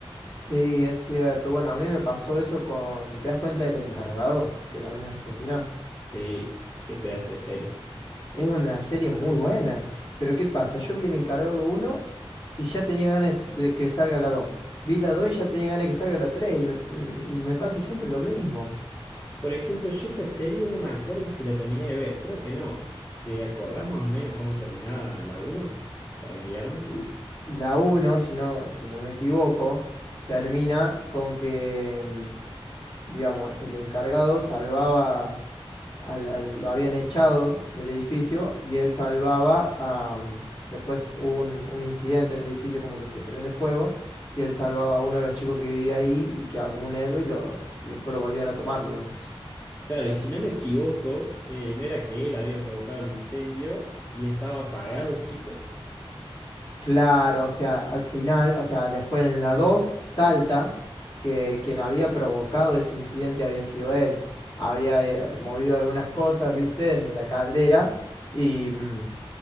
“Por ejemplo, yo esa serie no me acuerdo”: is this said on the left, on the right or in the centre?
Left